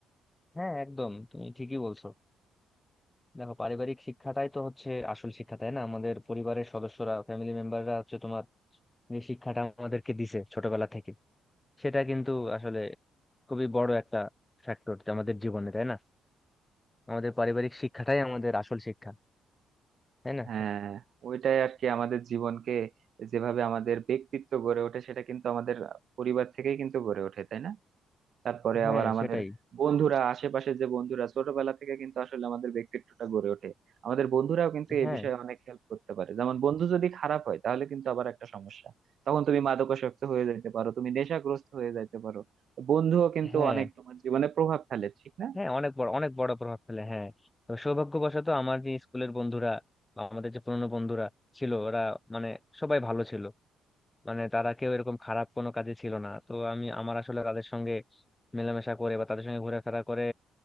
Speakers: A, on the left (about 15°); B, on the right (about 60°).
A: হ্যাঁ একদম তুমি ঠিকই বলছো দেখো পারিবারিক শিক্ষাটাই তো হচ্ছে আসল শিক্ষা তাই না আমাদের পরিবারের সদস্যরা ফ্যামিলি মেম্বাররা হচ্ছে তোমার যে শিক্ষাটা আমাদেরকে দিছে ছোটবেলা থেকে সেটা কিন্তু আসলে খুবই বড় একটা ফ্যাক্টর আমাদের জীবনে তাই না আমাদের পারিবারিক শিক্ষাটাই আমাদের আসল শিক্ষা তাই না
B: হ্যাঁ ওইটাই আর কি আমাদের জীবনকে যেভাবে আমাদের ব্যক্তিত্ব গড়ে ওঠে সেটা কিন্তু আমাদের পরিবার থেকেই কিন্তু গড়ে ওঠে তাই না তারপরে
A: হ্যাঁ
B: আবার আমাদের
A: সেটাই
B: বন্ধুরা আশেপাশে যে বন্ধুরা ছোটবেলা থেকে কিন্তু আসলে আমাদের ব্যক্তিত্বটা গড়ে ওঠে আমাদের বন্ধুরাও কিন্তু এই
A: হ্যাঁ
B: বিষয়ে অনেক হেল্প করতে পারে যেমন বন্ধু যদি খারাপ হয় তাহলে কিন্তু আবার একটা সমস্যা তখন তুমি মাদকাসক্ত হয়ে যাইতে পারো তুমি নেশাগ্রস্ত হয়ে যাইতে পারো তো বন্ধুও কিন্তু
A: হ্যাঁ
B: অনেক তোমার জীবনে প্রভাব ফেলে ঠিক না
A: হ্যাঁ অনেক বড় অনেক বড় প্রভাব ফেলে হ্যাঁ তো সৌভাগ্যবশত আমার যে স্কুলের বন্ধুরা বা আমাদের যে পুরনো বন্ধুরা ছিল ওরা মানে সবাই ভালো ছিল মানে তারা কেউ এরকম খারাপ কোনো কাজে ছিল না তো আমি আমার আসলে তাদের সঙ্গে মেলামেশা করে বা তাদের সঙ্গে ঘোরাফেরা করে